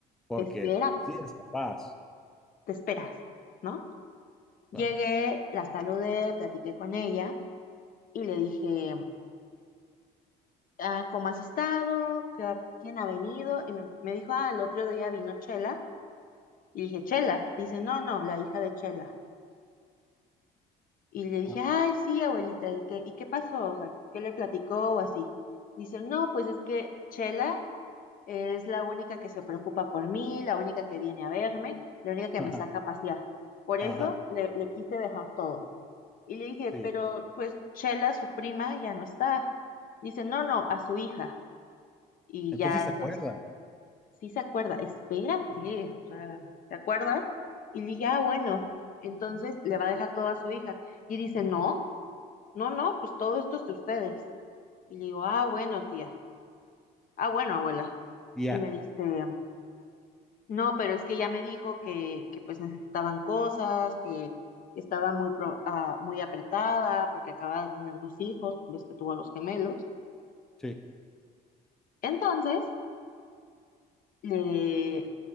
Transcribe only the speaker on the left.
espérate,
te esperas, ¿no? Llegué,
la saludé, platiqué con ella y le dije, ah, ¿cómo has estado? ¿Qué ¿Quién ha venido? Y me, me dijo, ah, el otro día vino Chela. Y dije, Chela. Dice, no, no, la hija de Chela. Y le dije,
ay, sí, abuelita, ¿y qué, y qué pasó? O sea, ¿qué le platicó o así? Dice, no, pues es que Chela Es la única que se preocupa por mí, la única que viene a verme, la única que
me saca a pasear. Por
eso le, le quise dejar todo. Y le dije,
pero pues Chela, su prima, ya no está. Dice, no, no, a su hija. Y
ya,
entonces,
sí se acuerda, espérate, o sea, ¿se acuerda? Y le dije, ah, bueno, entonces le va a dejar todo a su hija. Y dice, no, no, no, pues todo esto es de ustedes. Y le digo, ah, bueno, tía, ah, bueno, abuela.
Y me dice, No, pero es que ya me dijo que, que pues necesitaban cosas, que estaba muy, pro- ah, muy apretada porque acaba de tener dos hijos, ves que tuvo a los gemelos.
Entonces, le-